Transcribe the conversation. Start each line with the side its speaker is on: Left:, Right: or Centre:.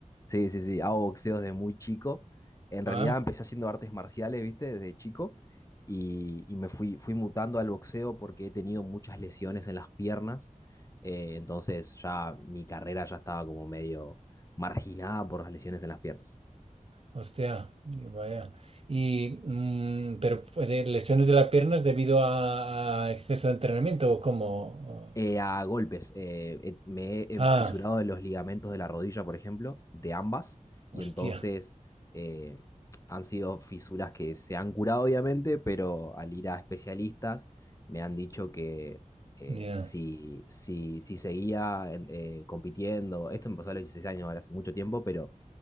Left: Sí, sí, sí. Hago boxeo desde muy chico. En realidad
Right: ¿ah?
Left: empecé haciendo artes marciales, ¿viste? Desde chico. Y, y me fui, fui mutando al boxeo porque he tenido muchas lesiones en las piernas. Eh, entonces ya mi carrera ya estaba como medio marginada por las lesiones en las piernas.
Right: Hostia, y vaya. Y, mm, pero puede- lesiones de las piernas debido a, a exceso de entrenamiento o cómo?
Left: Eh, a golpes. eh, eh, me he em,
Right: Ah,
Left: fisurado de los ligamentos de la rodilla, por ejemplo, de ambas, y
Right: hostia,
Left: entonces eh, han sido fisuras que se han curado, obviamente, pero al ir a especialistas me han dicho que eh,
Right: ya,
Left: si, si, si seguía en- eh, compitiendo, esto me pasó a los 16 años, ahora hace mucho tiempo, pero